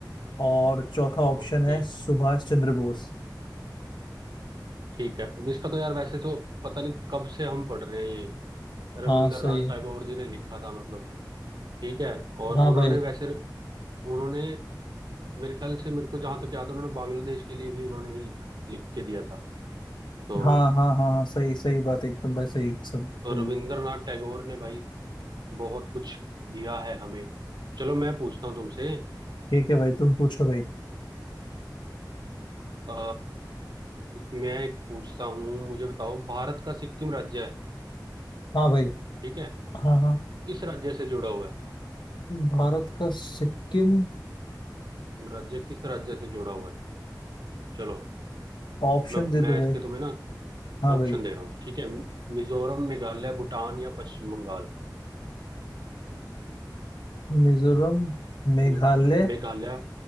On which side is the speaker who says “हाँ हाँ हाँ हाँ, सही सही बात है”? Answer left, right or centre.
Left